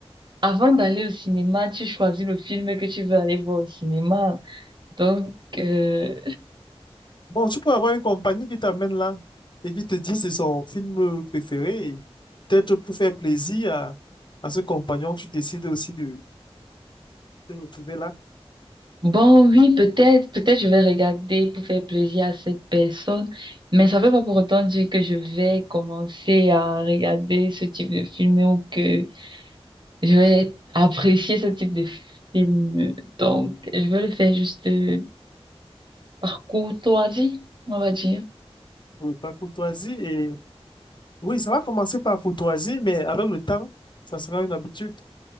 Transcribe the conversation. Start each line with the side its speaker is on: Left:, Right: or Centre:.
Right: avant d'aller au cinéma, tu choisis le film que tu veux aller voir au cinéma. Donc, euh,
Left: Bon, tu peux avoir une compagnie qui t'amène là et qui te dit c'est son film préféré. et Peut-être pour faire plaisir à, à ce compagnon, tu décides aussi de te retrouver là
Right: bon, oui, peut-être, peut-être je vais regarder pour faire plaisir à cette personne, mais ça veut pas pour autant dire que je vais commencer à regarder ce type de film ou que je vais apprécier ce type de film. Donc, je vais le faire juste euh, par courtoisie, on va dire.
Left: pour le parcours choisi. Et Oui, ça va commencer par courtoisie, mais avec le temps, ça sera une habitude.